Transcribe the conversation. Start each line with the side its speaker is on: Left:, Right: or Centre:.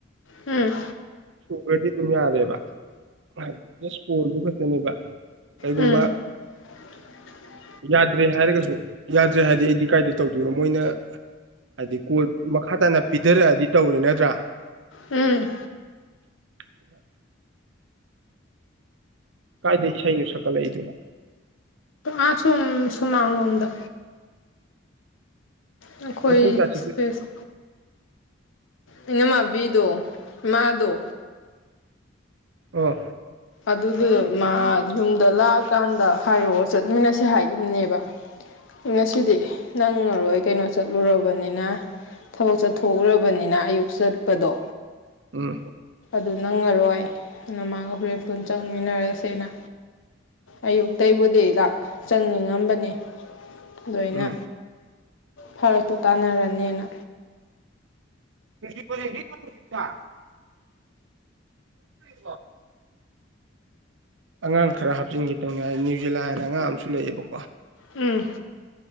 Left: ꯎꯝ
Right: ꯁꯨꯒꯦꯗꯤꯤ ꯇꯃꯤ ꯑꯔꯦꯕ ꯍꯥꯏ ꯁꯀꯣꯜꯗꯨ ꯈꯛꯇꯅꯦꯕ ꯀꯩꯒꯨꯝꯕ
Left: ꯎꯝ <unintelligible>
Right: ꯌꯥꯗ꯭ꯔꯦ ꯍꯥꯏꯔꯒꯁꯨ ꯌꯥꯗ꯭ꯔꯦ ꯍꯥꯏꯔꯗꯤ ꯑꯩꯗꯤ ꯀꯥꯏꯗ ꯇꯧꯗꯣꯏꯕ ꯃꯣꯏꯅ ꯍꯥꯏꯗꯤ ꯀꯣꯜ ꯃꯈꯥ ꯇꯥꯅ ꯄꯤꯊꯔꯛꯑꯗꯤ ꯇꯧꯔꯦ ꯅꯠꯇ꯭ꯔꯥ
Left: ꯎꯝ
Right: ꯎ ꯀꯥꯏꯗ ꯏꯁꯩꯅꯣ ꯁꯛꯀꯠꯂꯛꯏꯗꯨꯅꯣ
Left: ꯑꯥꯆꯨꯝ ꯁꯨꯃꯥꯡꯥꯡꯣꯗ ꯑꯩꯈꯣꯏ
Right: ꯅꯪ ꯄꯨꯡ ꯀꯌꯥ ꯆꯠꯇꯣꯏ
Left: ꯏꯁ ꯑꯩꯅꯃꯕꯤꯗꯣ ꯃꯥꯗꯣ
Right: ꯑꯣ
Left: ꯑꯗꯨꯗꯨ ꯃꯥ ꯌꯨꯝꯗ ꯂꯥꯛꯑꯀꯥꯟꯗ ꯍꯥꯏꯔꯛꯑꯣ ꯆꯠꯃꯤꯟꯅꯁꯦ ꯍꯥꯏꯈꯤꯕꯨꯝꯅꯦꯕ ꯉꯁꯤꯗꯤ ꯅꯪꯉꯔꯣꯏ ꯀꯩꯅꯣ ꯆꯠꯂꯨꯔꯕꯅꯤꯅ ꯊꯕꯛ ꯆꯠꯊꯣꯛꯎꯔꯕꯅꯤꯅ ꯑꯌꯨꯛ ꯆꯠꯄꯗꯣ
Right: ꯎꯝ
Left: ꯑꯗꯨ ꯅꯪꯉꯔꯣꯏ ꯅ ꯃꯥꯒ ꯍꯣꯔꯦꯟ ꯄꯨꯟ ꯆꯪꯃꯤꯟꯅꯔꯁꯦꯅ ꯑꯌꯨꯛꯇꯕꯨꯗꯤ ꯆꯪꯅꯤꯡꯉꯝꯕꯅꯤ ꯑꯗꯨꯣꯏꯅ
Right: ꯎꯝ
Left: ꯐꯔꯠꯇꯨ ꯇꯥꯟꯅꯔꯅꯦꯅ
Right: ꯀ ꯄꯦ ꯍ ꯁꯤꯀ ꯔꯣ ꯑꯉꯥꯡ ꯈꯔ ꯍꯥꯞꯆꯤꯟꯈꯤꯗꯧꯅꯤ ꯍꯥꯏ ꯅ꯭ꯌꯨꯖꯤꯂꯥꯟ ꯍꯥꯏꯅ ꯑꯉꯥꯡ ꯑꯃꯁꯨ ꯂꯩꯑꯦꯕꯀꯣ
Left: ꯎꯝ